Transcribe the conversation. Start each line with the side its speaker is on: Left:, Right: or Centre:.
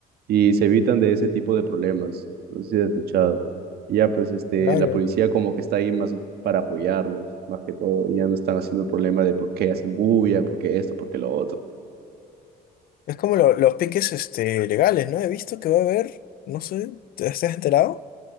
Right: y se evitan de ese tipo de problemas. No sé si has escuchado. Y ya, pues, este,
Left: Claro.
Right: la policía como que está ahí más para apoyarlos, más que todo, y ya no están haciendo el problema de por qué hacen bulla, por qué esto, por qué lo otro.
Left: Es como lo- los piques este, legales, ¿no? He visto que va a haber, no sé, ¿te estás enterado?